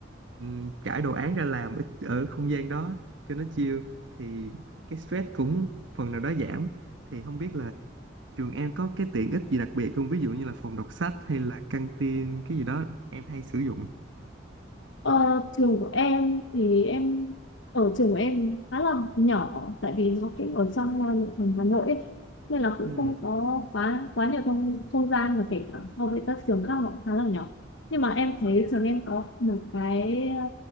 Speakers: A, on the right; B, on the left.
A: ừm, trải đồ án ra làm ở, ở không gian đó cho nó chill thì cái stress cũng phần nào đó giảm thì không biết là trường em có cái tiện ích gì đặc biệt không ví dụ như là phòng đọc sách hay là căng tin cái gì đó em hay sử dụng
B: Ờ, trường của em thì em ở trường của em khá là nhỏ tại vì nó cũng ở trong ờ, nội thành Hà Nội ấy. Nên là cũng
A: Ừm.
B: không có quá quá nhiều không không gian mà kể cả so với các trường khác họ cũng khá là nhỏ nhưng mà em thấy trường em có một cái ờ,